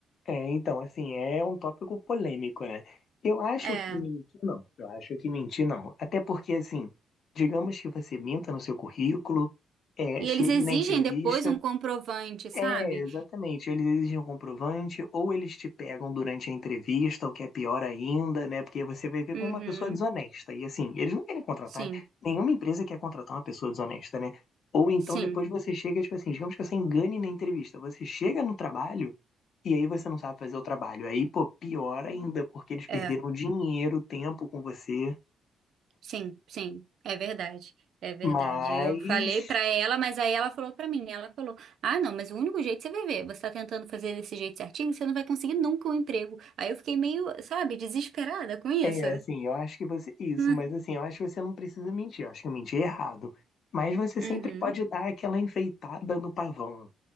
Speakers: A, on the left (about 60°); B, on the right (about 65°).
A: É, então, assim, é um tópico polêmico, né? Eu acho
B: É.
A: que mentir não. Eu acho que mentir não. Até porque, assim, digamos que você minta no seu currículo, é,
B: E
A: chegue
B: eles exigem
A: na entrevista
B: depois um comprovante, sabe?
A: É, exatamente. Eles exigem um comprovante, ou eles te pegam durante a entrevista, o que é pior ainda, né? Porque você vai ver
B: Uhum.
A: com uma pessoa desonesta. E assim, eles não querem contratar,
B: Sim,
A: nenhuma empresa quer contratar uma pessoa desonesta, né? Ou então
B: sim.
A: depois você chega, tipo assim, digamos que você engane na entrevista. Você chega no trabalho e aí você não sabe fazer o trabalho. Aí, pô, pior ainda, porque eles perderam
B: É.
A: dinheiro, tempo com você.
B: Sim, sim, é verdade. É verdade.
A: Mas
B: Eu falei pra ela, mas aí ela falou pra mim, ela falou: "Ah, não, mas o único jeito você vai ver, você tá tentando fazer desse jeito certinho, você não vai conseguir nunca um emprego". Aí eu fiquei meio, sabe, desesperada com isso.
A: É, assim, eu acho que você. Isso,
B: Hum,
A: mas assim, eu acho que você não precisa mentir. Eu acho que eu menti errado. Mas você sempre
B: Uhum.
A: pode dar aquela enfeitada no pavão,